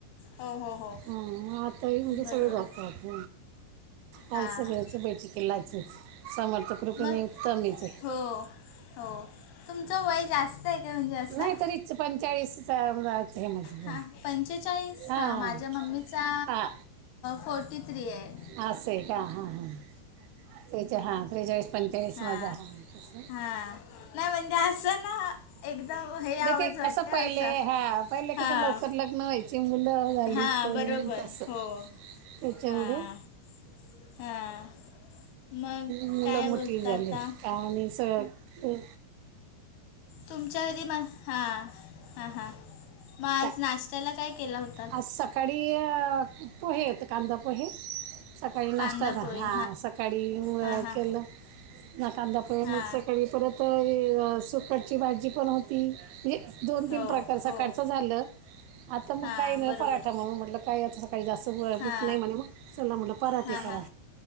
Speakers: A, on the left; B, on the right.
A: हो हो हो
B: आताही म्हणजे
A: बरोबर
B: सगळे जातात आ
A: हां
B: सगळ्याच बैठकीलाच समर्थक रूपे
A: मग
B: नाही उत्तम याच
A: हो हो तुमचं वय जास्त आहे का म्हणजे असं
B: नाही तरीच पंचाळीस हे म्ह.
A: हां पंचेचाळीस
B: हां
A: माझ्या मम्मीचा
B: आ.
A: फोर्टी थ्री आहे
B: हस का हां हां तेच हां त्रेचाळीस पंचाळीसमध्येध्ये
A: हां
B: ह अस.
A: हां नाही म्हणजे असं ना एकदम हे आवाज
B: ते
A: वाटतं
B: कस पहिले
A: असं
B: हा पहिले कस
A: हां
B: लवकर लग्न व्हायचे मुलं वली
A: हा
B: कून
A: बरोबर
B: कस
A: हो
B: त्याच्याकड.
A: हा हा मग
B: मुलं
A: काय
B: मोठी
A: बोलता
B: झाले
A: आता
B: आणि स. हो.
A: तुमच्या घरी मग हां हां हां मग आज
B: काय
A: नाश्त्याला काय केला होत.
B: आज सकाळी पोहे आहेत कांदा पोहे सकाळी नाश्तात
A: कांदा पोहे
B: हा सकाळी मुळं
A: हा हा
B: केलं ना कांदा पय
A: हा
B: मग सकाळी परत सुकटची भाजी पण होती म्हजे दोन
A: हो
B: तीन प्रकार
A: हो
B: सकाळचं झालं आता मग
A: हा बरोबर
B: मग म्हटलं कायतां सकाळी जास्त
A: हा
B: बूप नाही म्हणे मग चला म्हटलं पराठे
A: हा
B: करा
A: हा